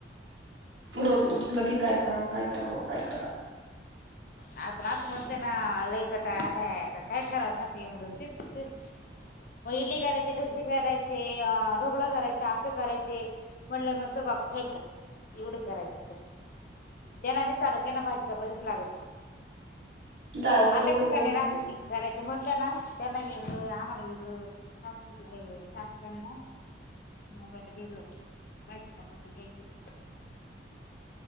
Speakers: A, on the right (about 80°); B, on the left (about 50°).
A: रोज उठलं की काय करावं काय, करावं काय करावं.
B: आपण आसं म्हणतो ना लई कटाळा, आला आता काय कराव, सारखं येऊन जाऊन तेच तेच. मग इडली करायचे ढोसे करायचे, ढोगळा करायचा आपे करायचे. म्हणलं <unintelligible> बाप खाईल का एवढं करायचं त त्यांना नाही चालत त्यांना भाजी चपातीच लागते.
A: काय
B: मला
A: उपयोग
B: लई
A: होते
B: कुटाने
A: मग
B: राहतात
A: ते
B: ती करायचं म्हटलं, ना त्यांना वेगळं आम्हाला वेगळं. सासू ए सासऱ्यानं ना. मुंबईला गेलो होतो पाय चपाती केली होती.